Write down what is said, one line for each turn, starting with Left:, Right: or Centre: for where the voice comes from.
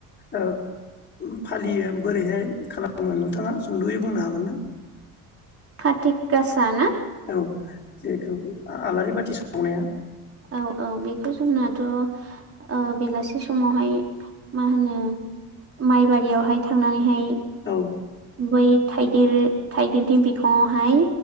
Left: ओ फालियो बोरैहाय खालामो नोंथाङा सुंदयै बुंनो हागोन ना?
Right: खाथिक गासाना?
Left: औ जेखौ आ आलारि बाथि सावनाया
Right: औ औ बेखौ जोंनाथ' ओ बेलासे समावहाय मा होनो माइबारियावहाय थांनानैहाय
Left: औ
Right: बै थाइगिर थाइगिरथिं बिखङावहाय